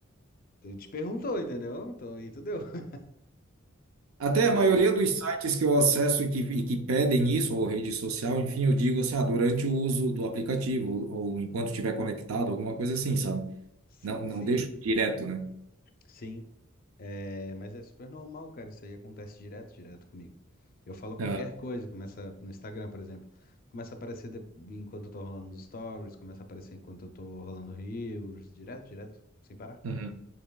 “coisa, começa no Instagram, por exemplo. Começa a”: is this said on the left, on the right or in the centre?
Left